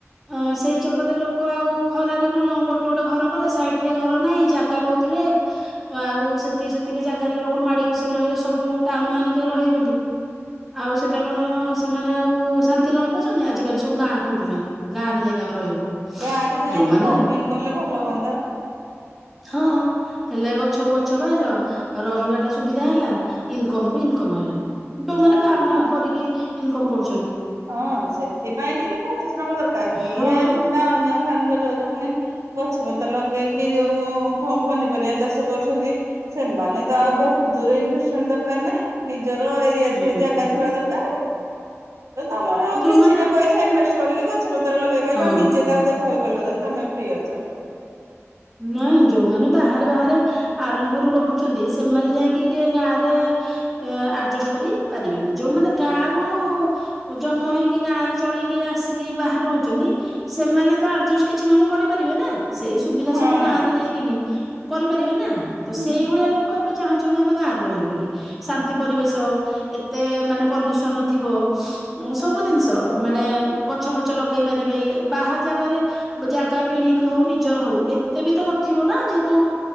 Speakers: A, in the centre; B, on the right.
A: ଅଁ ସେଇ ଚକର୍ ରେ ଲୋକ ଆଉ ଖରାରେ କଣ ଗୋଟେ-ଗୋଟେ ଘର କଲେ ସାଇଟ୍ ରେ ଘର ନାହିଁ ଜାଗା ବହୁତ୍ <unintelligible> ଆଉ ସେତିକି-ସେତିକି ଜାଗାରେ ଲୋକ ମାଡି ବସିକି ରହିଲେ ସବୁ ଟାଉନ୍ ମାନଙ୍କେରେ ରହିବେ ବୋଲି। ଆଉ ସେଟା କଣ ସେମାନେ ଆଉ ଶାନ୍ତିରେ ରହିପାରୁଚନ୍ତି, ଆଜିକାଲି ସବୁ ଗାଁ ଖୋଜୁଚନ୍ତି ଗାଁରେ ଯାଇକି ଆମେ ରହିବୁ।
B: ଗାଁ ରେ ଯାଇଙ୍କି
A: ଯୋଉମାନେ
B: ଫାର୍ମିଂ କଲେ ଭଲ ହୁଅନ୍ତା।
A: ହଁ। ହେଲେ ଗଛକୁ ଗଛ ପାଇଲ ରହିବା ଟା ସୁବିଧା ହେଲା ଇନ୍କମ୍ କୁ ଇନ୍କମ୍ ହେଲା। ଯୋଉମାନେ
B: ହୁଅନ୍ତା
A: ଫାର୍ମ-ଫାର୍ମ କରିକି ଇନକମ୍ କରୁଚନ୍ତି।
B: ହଁ ସେଥିପାଇଁ ଟିକେ ପରିଶ୍ରମ ଦରକାର୍,
A: ହଁ
B: ଯିଏ ସିନା ଅନ୍ୟ <unintelligible> ଯୋଉମାନେ ଗଛ ପତ୍ର ଲଗେଇକି ଯୋଉ ପନିପରିବା ଚାଷ କରୁଛନ୍ତି ସେମାନେ ତ ଆଉ ବହୁତରେ ଇନଭେଷ୍ଟମେଣ୍ଟ ଦରକାର ନାହିଁ। ନିଜର ଏରିଆ
A: ହୁଁ
B: ଥିବା ଜାଗା ଥିବା ଦରକାର ତ ତମର ଆଉ
A: ଯୋଉମାନେ
B: କିଛିଟା ପଇସା ଇନଭେଷ୍ଟ କରିକି ଗଛ ପତ୍ର ଲଗେଇ ପାରିଲ
A: ହଁ
B: ନିଜେ ତା ଆଉ ଦେଖହଲ କଲ ଯଦି ତମେ ଫ୍ରି ଅଛ।
A: ନାଇଁ ଯୋଉମାନେ ବାହାରେ ବାହାରେ ଆରମ୍ଭରୁ ରହୁଛନ୍ତି ସେମାନେ ଯାଇକି ଟିକେ ଗାଁ ରେ ଏ ଆଡଜଷ୍ଟ କରି ପାରିବେନି ଯୋଉମାନେ ଗାଁ ରୁ ଜନ୍ମ ହେଇକି ଗାଁ ରେ ଚଳିକି ଆସିକି ବାହାରେ ରହୁଛନ୍ତି ସେମାନେ ତ ଆଡଜଷ୍ଟ କିଛି ନହେଲେ କରିପାରିବେ ନା ସେଇ ସୁବିଧା
B: ହଁ
A: ସବୁ ଗାଁରେ ନେଇକିନି। କରିପାରିବେ ନା ତ
B: ହୁଁ।
A: ସେଇ ଭଳିଆ ଲୋକ ଏବେ ଚାହୁଁଛନ୍ତି ଆମେ ଗାଁରେ ରହିବୁ ବୋଲି। ଶାନ୍ତି ପରିବେଶ ଏତେ ମାନେ ପଲ୍ୟୁସନ ନଥିବ। ଏ ସବୁ ଜିନିଷ ମାନେ ଗଛ ଫଛ ଲଗେଇ ପାରିବେ ଇଏ ବାହାର ଜାଗାରେ ଜାଗା କିଣିକି ହଉ ନିଜର ହଉ ଏ ଏତେ ବି ତ ନଥିବ ନା ଯେହେତୁ